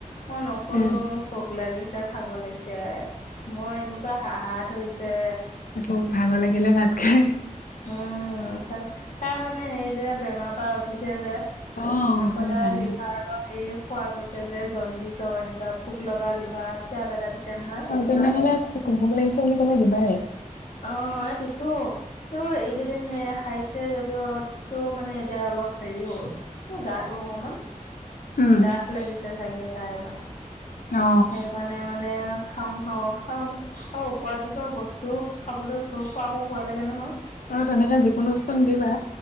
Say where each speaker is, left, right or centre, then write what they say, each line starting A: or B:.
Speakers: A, on the left; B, on the left.
A: মই নুখুলোঁ
B: উম
A: মোক ভোক লাগিছে ভাগৰ লাগিছে মই এনেকুৱা হা-হা ধৰিছে
B: এইটো ভাল নালাগিলে ভাত খাই।
A: উম, চাল তাৰ মানে হেৰি যে বেমাৰ পা উঠিছে যে
B: অ
A: আকৌ
B: হয়
A: তাৰ
B: ভাল।
A: লিভাৰৰ হেৰি কোৱা গৈছে যে জণ্ডিছৰ এনেকুৱা ভোক লগা লিভাৰত চিৰাপ এটা দিছে নহয়।
B: অ', তেনেহলে ভোক লাগিছে বুলি কলে দিবাই।
A: অহ, এ দিছো। ত' এইকেইদিন খাইছে যদিও টো মানে এতিয়া অলপ হেৰি হ'ল মোৰ গাটো অকমান
B: উম
A: ডাঠ লাগিছে <unintelligible>
B: অ
A: সেইকাৰণে মানে মানে খাওঁ - খাওঁ - খাম আৰু উপাজোপা বস্তু খাবলৈ খোৱাব ভয় লাগে নহয়।
B: অহ, তেনেকে যিকোনো বস্তু নিদিবা